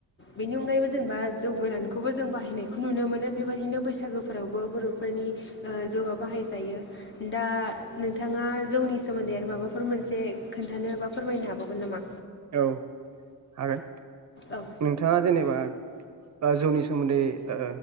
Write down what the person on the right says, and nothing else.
औ हागोन
नोंथाङा जेनेबा ओ जौनि सोमोनदै ओ